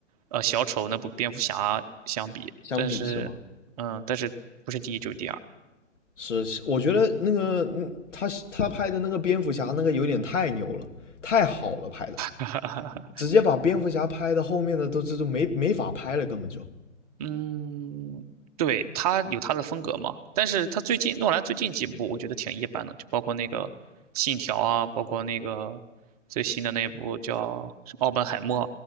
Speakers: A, on the right; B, on the left.
A: 呃小丑那部蝙蝠侠相比，
B: 相比是吗？
A: 但是嗯，但是不是第一就是第二。
B: 是，是我觉得那个嗯，他他拍的那个蝙蝠侠那个有点太牛了，太好了拍的，
A: <laughs>
B: 直接把蝙蝠侠拍的后面的都这都没没法拍了，根本就。
A: 嗯，对，他有他的风格嘛，但是他最近诺兰最近几部我觉得挺一般的，就包括那个《信条》啊，包括那个最新的那部叫什么奥本海默》，